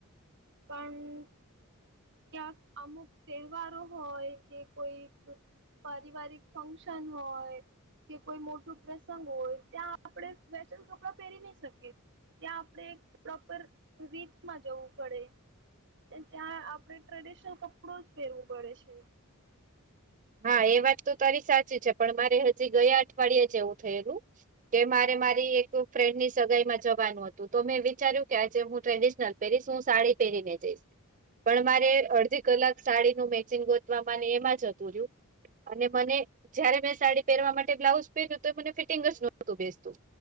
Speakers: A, on the right; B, on the right.
A: પણ. ક્યાંક અમુક તહેવારો હોય કે કોઈક. પારિવારિક ફંક્શન હોય. કે કોઈ મોટું પ્રસંગ હોય ત્યાં આપણે વેસ્ટન કપડાં પહેરી નહી શકીએ. ત્યાં આપણે પ્રોપર રીતમાં જવું પડે ને ત્યાં આપ આપણે ટ્રેડિશનલ કપડું જ પહેરવો પડે છે.
B: હા એ વાત તો તારી સાચી છે પણ મારે હજી ગયા અઠવાડિયે જ એવું થયેલું કે મારે મારી એક ફ્રેન્ડ ની સગાઈ માં જવાનું હતું તો મેં વિચાર્યું કે આજે હું ટ્રેડિશનલ પેરીસ હું સાડી પહેરી ને જઈશ પણ મારે અડધી કલાક સાડીનું મેચિંગ ગોતવામાં એમાં જતુ રીયુ અને મને જયારે મેં સાડી પહેરવા માટે બ્લાઉઝ પહેર્યું તો મને ફિટિંગ જ નહોતું બેસતું